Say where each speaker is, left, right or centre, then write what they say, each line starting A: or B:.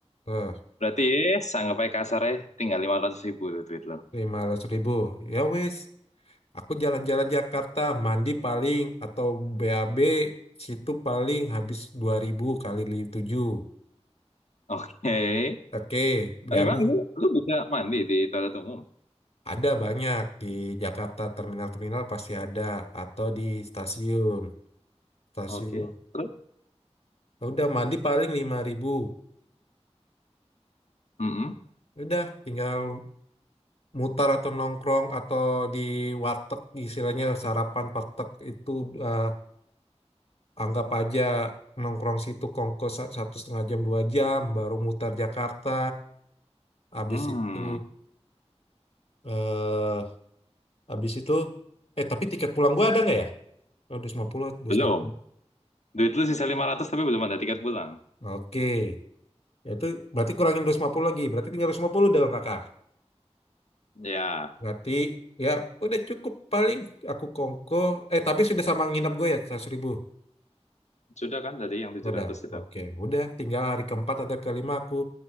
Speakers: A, on the left; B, on the left.
A: eh
B: Berarti eh, sanggup aja kasar eh, tinggal lima ratus ribu tuh duit lo.
A: lima belas ribu ya wes aku jalan-jalan Jakarta mandi paling atau BAB situ paling habis dua ribu kali tujuh
B: Oke. Eh,
A: Oke, BAB
B: Emang lu, lu bisa mandi di toilet umum?
A: Ada banyak di Jakarta, terminal-terminal pasti ada, atau di stasiun. Stasiun.
B: Oke. Terus?
A: Ya Udah mandi paling lima ribu.
B: Mm-mm.
A: Ya Udah tinggal mutar atau nongkrong atau di warteg istilahnya sarapan warteg itu eh, anggap aja nongkrong situ kongko sa- satu setengah jam dua jam baru mutar Jakarta habis
B: Hmm.
A: itu eh habis itu eh tapi tiket pulang gua ada nggak ya? Oh, 250, puluh. dua ratus
B: Belum.
A: lima puluh.
B: Duit lu sisa 500 tapi belum ada tiket pulang.
A: Oke. Ya itu berarti kurangin 250 lagi. Berarti tinggal 250 dong kakak.
B: Ya,
A: Berarti ya udah cukup paling aku kongko. Eh tapi sudah sama nginap gue ya 100 ribu.
B: sudah kan tadi yang tujuh
A: Udah.
B: ratus itu.
A: Oke. Udah tinggal hari keempat atau kelima aku